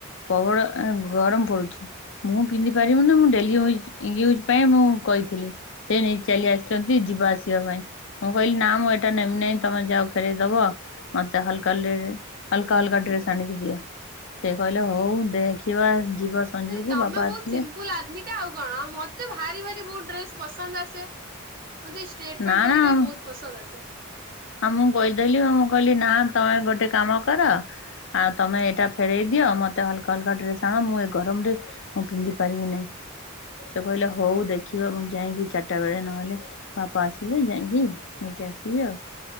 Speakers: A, on the left; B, on the right.
A: ପ୍ରବଳ ଏ ଗରମ ପଡୁଛି ମୁଁ ପିନ୍ଧି ପାରିବିନି ମୁଁ ଡେଲି ଉଇଜ୍। ୟୁଜ ପାଇଁ ମୁଁ କହିଥିଲି ସେ ନେଇକି ଚାଲି ଆସିଛନ୍ତି ଯିବା ଆସିବା ପାଇଁ। ମୁଁ କହିଲି ନା ମୁଁ ଏଇଟା ନେମି ନାଇ ତମେ ଯାଓ ଫେରେଇଦବ। ମତେ ହଲକା ଲେ ହାଲ୍କା ହାଲ୍କା ଡ୍ରେସ ଆଣିକି ଦିଅ। ସେ କହିଲେ ହଉ ଦେଖିବା ଯିବ ସଞ୍ଜକୁ
B: ହେ ତମେ
A: ବାପା
B: ବହୁତ
A: ଆସିଲେ
B: ସିମ୍ପଲ ଆରମି। ମତେ ଆଉ କଣ ମତେ ଭାରି ଭାରି ବହୁତ ଡ୍ରେସ ପସନ୍ଦ ଆସେ ମତେ ଏ ଷ୍ଟେଟ ପେଣ୍ଟ
A: ନା
B: ବଗେରା
A: ନା
B: ବହୁତ୍। ପସନ୍ଦ ଆସେ।
A: ହଁ ମୁଁ କହିଦେଲି ମୁଁ କଇଲି ନା ତମେ ଗୋଟେ କାମ କର। ଆଉ ତମେ ଏଇଟା ଫେରଇ ଦିଅ ମତେ ହାଲକା ହାଲକା ଡ୍ରେସ୍ ଆଣ ମୁଁ ଏ ଗରମରେ ମୁଁ ପିନ୍ଧି ପାରିବି ନାହିଁ ସେ କହିଲେ ହଉ ଦେଖିବା ମୁଁ ଯାଇକି ଚାରିଟା ବେଳେ ନହେଲେ ବାପା ଆସିଲେ ଯାଇକି ନେଇକି ଆସିବି ଆଉ।